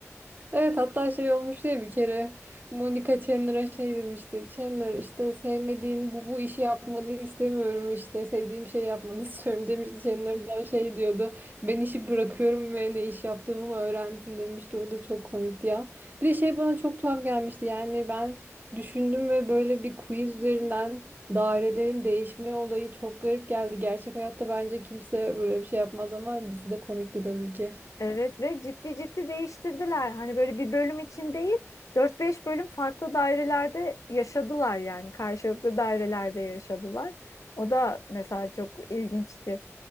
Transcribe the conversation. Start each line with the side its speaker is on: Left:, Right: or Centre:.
Right: Evet hatta şey olmuştu ya bir kere Monica Chandler'a şey demişti. Chandler işte sevmediğin bu bu işi yapmanı istemiyorum işte sevdiğim şey yapmanı <laughs> istiyorum demişti. Chandler da şey diyordu. Ben işi bırakıyorum ve ne iş yaptığımı mı öğrendin demişti. O da çok komikti ya. Bir de şey bana çok tuhaf gelmişti. Yani ben düşündüm ve böyle bir quiz üzerinden dairelerin değişme olayı çok garip geldi. Gerçek hayatta bence kimse böyle bir şey yapmaz ama dizide komikti tabii ki.
Left: Evet ve ciddi ciddi değiştirdiler. Hani böyle bir bölüm için değil, dört beş bölüm farklı dairelerde yaşadılar yani karşılıklı dairelerde yaşadılar. O da mesela çok ilginçti.